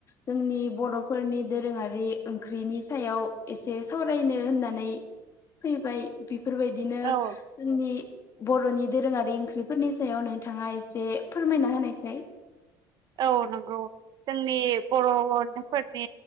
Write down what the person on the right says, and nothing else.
औ
औ नंगौ जोंनि बर'फोरनि